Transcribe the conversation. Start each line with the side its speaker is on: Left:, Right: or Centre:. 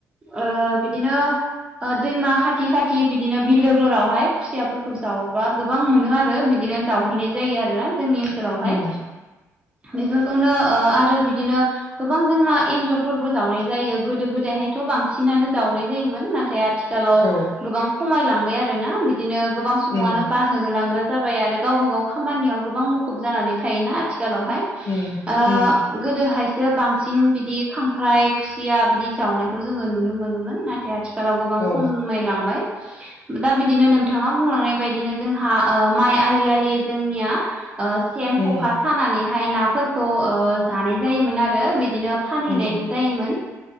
Right: ओ बिदिनो ओ दैमा खाथि खाथि बिदिनो बिलोफोरावहाय खुसियाफोरखौ जावोबा गोबां मोनो आरो बिदिनो जावहैनाय जायो आरोना जोंनि ओनसोलावहाय
Left: उम
Right: बेफोरखौनो ओ आरो बिदिनो गोबां जोंहा एन्जरफोरबो जावनाय जायो गोदो गोदायहायथ' बांसिनानो जावनाय जायोमोन। नाथाय आथिखालाव
Left: औ
Right: गोबां खमायलांबाय आरोना बिदिनो गोबां सुबुङानो
Left: उम
Right: बा होलांग्रा जाबाय आरो गावबा गाव खामानियाव गोबां मुखुब जानानै थायोना आथिखालावहाय।
Left: उम
Right: ओ
Left: उम
Right: गोदोहायसो बांसिन बिदि खांख्राइ खुसिया बिदि जावनायखौ जोङो नुनो मोनोमोन। जे आथिखालाव गोबां
Left: औ
Right: खमायलांबाय। दा बिदिनो नोंथाङा बुंलांनाय बायदिनो जोंहा ओ माइ आलि आलि जोंनिया ओ सेन
Left: उम
Right: खखा सानानैहाय नाफोरखौ ओ जानाय जायोमोन आरो बिदिनो फानहैनायबो
Left: उम
Right: जायोमोन।